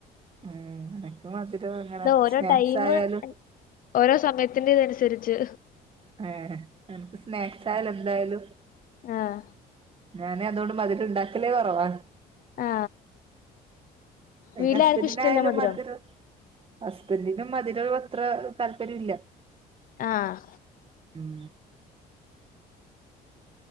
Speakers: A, on the right; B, on the left.
A: ഉ എനക്ക് മധുരം അങ്ങനെ
B: അത് ഓരോ
A: സ്നാക്സ്
B: ടൈമ്
A: ആയാലും
B: ഓരോ സമയത്തിന്റെ ഇതനുസരിച്ച്
A: ഏ എനക്ക് സ്നാക്സ് ആയാലും എന്തായാലും
B: ആഹ
A: ഞാൻ അതുകൊണ്ട് മദൂരം ഉണ്ടാക്കലേ കുറവാ
B: ആ
A: പിന്നേ
B: വീട്ടിലാർക്കും
A: ഹസ്ബൻറിനായാലും
B: ഇഷ്ടല്ല മധുരം
A: മധുർ ഹസ്ബന്റിനും മധുരം അത്ര താല്പര്യല്ല
B: ആഹ്
A: ഉം.